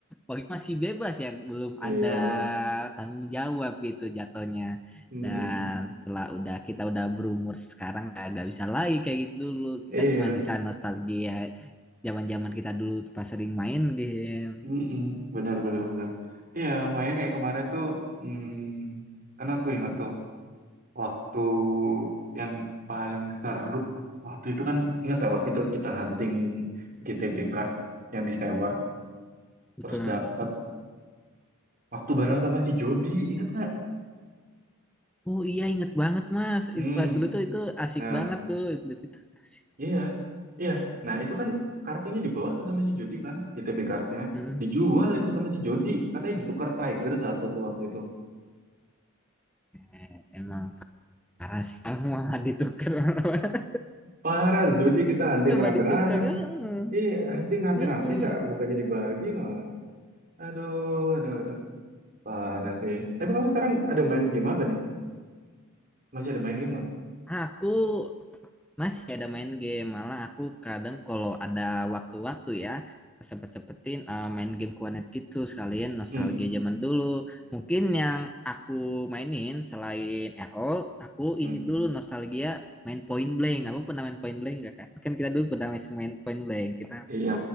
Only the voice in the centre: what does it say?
pagi masih bebas ya belum
ada tanggung jawab gitu jatuhnya
dan telah udah kita udah berumur sekarang nggak nggak bisa lagi kayak gitu dulu kita
cuma bisa nostalgia zaman-zaman kita dulu pas sering main game
betul
Nah.
oh iya inget banget mas
Itu pas dulu tuh itu asik
banget tuh itu, itu asik.
Hmm.
Eh, emang parah sih mau ditukar <laughs>
coba
ditukar Heeh.
Mm-mm.
Aku masih ada main game, malah aku kadang kalau ada waktu-waktu ya sempet-sempetin eh, main game Kuanet gitu sekalian nostalgia
zaman dulu. Mungkin yang aku mainin selain RO, aku
ini dulu nostalgia main Point Blank. Abang pernah main Point Blank gak kan? Kan kita dulu pernah main main Point Blank. Kita